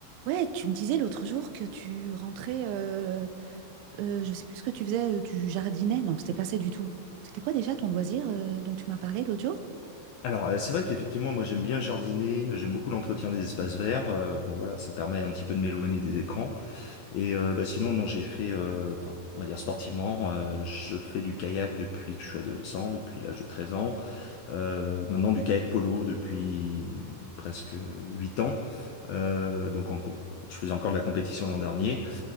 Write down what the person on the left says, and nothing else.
Alors, euh, c'est vrai qu'effectivement, moi, j'aime bien jardiner, euh, j'aime beaucoup l'entretien des espaces verts. euh, bon, voilà, ça permet un petit peu de m'éloigner des écrans. Et euh, bah, sinon, non, j'ai fait, euh, enfin, on va dire sportivement, euh, je fais du kayak depuis que je suis adolescent, depuis l'âge de 13 ans. Euh, maintenant, du kayak polo depuis hum, presque 8 ans. Euh, donc, en, com- je faisais encore de la compétition l'an dernier.